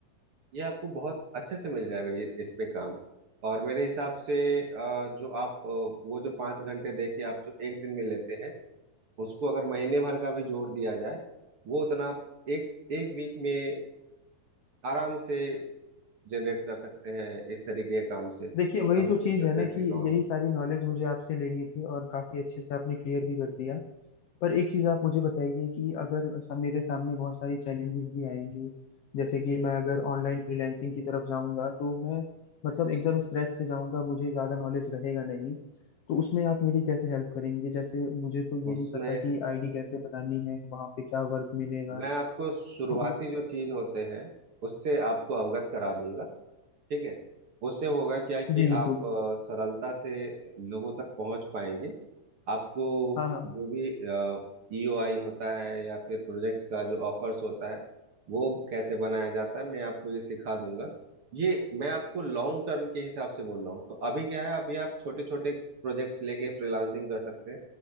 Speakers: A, on the right; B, on the left.
A: ये आपको बहुत अच्छे से मिल जाएगा ये इस पे काम और मेरे हिसाब से अ, जो आप अ, वो जो पाँच घंटे दे के आप जो एक दिन में लेते हैं उसको अगर महीने भर का भी जोड़ दिया जाए वो उतना आप एक एक वीक में आराम से जनरेट कर सकते हैं इस तरीके के काम से
B: देखिए वही
A: कंपनी
B: तो चीज़
A: सेक्रेटरी
B: है ना कि
A: का होना
B: यही सारी नॉलेज मुझे आपसे लेनी थी और काफ़ी अच्छे से आपने क्लियर भी कर दिया पर एक चीज आप मुझे बताइए कि अगर सब मेरे सामने बहुत सारी चैलेंजेस भी आएंगी जैसे कि मैं अगर ऑनलाइन फ्रीलैंसिंग की तरफ जाऊंगा तो मैं मतलब एकदम स्क्रैच से जाऊंगा मुझे ज्यादा नॉलेज रहेगा नहीं तो उसमें आप मेरी कैसे हेल्प करेंगे जैसे मुझे तो
A: उसमें
B: ये नहीं पता कि आईडी कैसे बनानी है वहां पे क्या वर्क मिलेगा
A: मैं आपको शुरुआती
B: तो वो-
A: जो चीज होते हैं उससे आपको अवगत करा दूंगा ठीक है उससे होगा क्या कि
B: जी बिल्कुल
A: आप अ, सरलता से लोगों तक पहुंच पाएंगे आपको
B: हाँ हाँ
A: जो भी ईओआई होता है या फिर प्रोजेक्ट का जो ऑफर्स होता है वो कैसे बनाया जाता है मैं आपको ये सिखा दूंगा ये मैं आपको लॉन्ग टर्म के हिसाब से बोल रहा हूँ तो अभी क्या है अभी आप छोटे छोटे प्रोजेक्ट्स लेके फ्रीलांसिंग कर सकते हैं